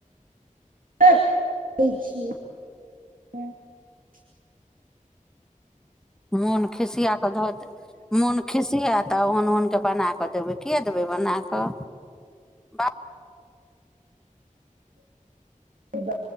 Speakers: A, on the right; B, in the centre.
A: छियै ह्म
B: मोन खिसिया कऽ धऽ दे मोन खिसिया तऽ ओन नके बना कऽ देबै किएक देबै बना कऽ बाप
A: ह ब